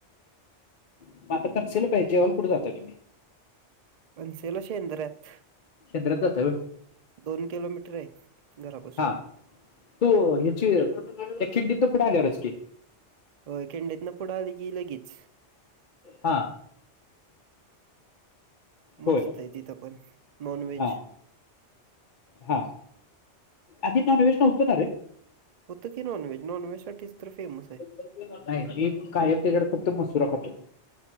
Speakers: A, on the left (about 50°); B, on the right (about 60°).
A: मग आता कन्सिल काय, जेवायला कुठ जाताय तुम्ही?
B: पणसेला शेंद्र्यात
A: केंद्रात जाताय होय?
B: दोन किलोमीटराय घरापासून.
A: हा तो हेची -ह्याची <unintelligible> आल्यावरच की.
B: होय खिंडीतनं पुढं आलं की लगीच.
A: हा. होय
B: मस्तय तिथं पण नॉनव्हेज.
A: हा हा आधी नाॅॅनव्हेेज न्हवतणारे?
B: हुतं की नॉनव्हेज, नॉनव्हेजसाठीच तर फेमस हाय.
A: नाय मी कायम तिकडं फक्त मसुरा खातो.